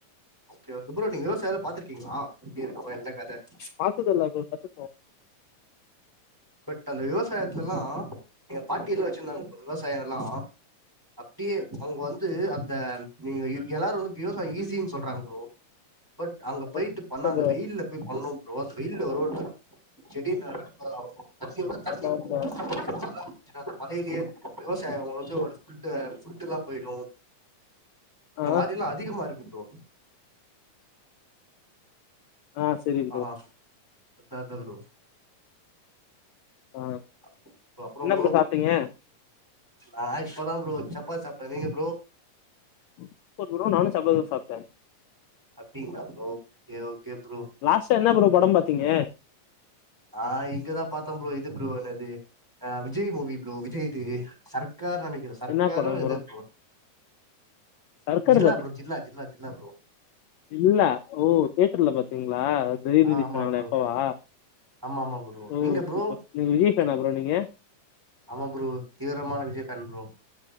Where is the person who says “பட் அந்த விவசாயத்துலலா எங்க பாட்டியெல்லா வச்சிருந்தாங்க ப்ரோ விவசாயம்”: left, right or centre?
Centre